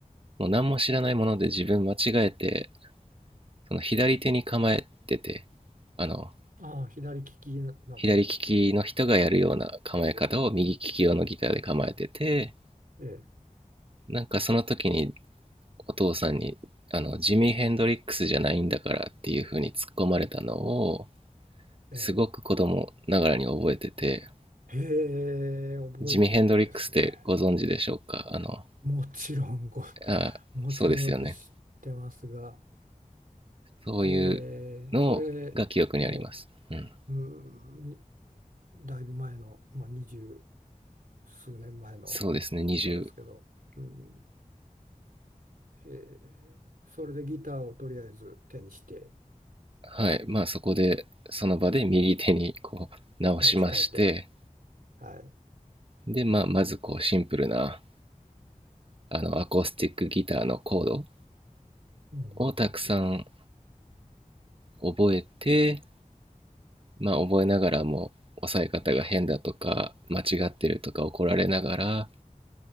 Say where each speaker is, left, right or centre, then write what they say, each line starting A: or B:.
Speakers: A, on the right; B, on the right.
A: もう何も知らないもので自分間違えてその左手に構えててあの
B: ああ、左利きな、な
A: 左利きの人がやるような構え方を右利き用のギターで構えてて
B: やるような方。ええ、
A: なんかその時にお父さんにあのジミー・ヘンドリックスじゃないんだからっていう風に突っ込まれたのを
B: ええ。
A: すごく子供ながらに覚えてて
B: へえ、覚えてるんですね。
A: ジミー・ヘンドリックスってご存知でしょうかあの
B: もちろんご、
A: あそうですよね
B: もちろんよく知ってますが、
A: そういうのが記憶にあります、
B: ええ、それも、
A: うん、
B: うん、にだいぶ前の、まあ、二十数年前のことですけど、
A: そうですね20、うん、
B: うん、へえ、それでギターをとりあえず手にして
A: はいまあそこでその場で右手にこう直しまして
B: 持ち帰って、はい。
A: で、まあ、まずこうシンプルなあのアコースティックギターのコード
B: うんうんうんうん
A: をたくさん覚えてまあ覚えながらも抑え方が変だとか間違ってるとか怒られながら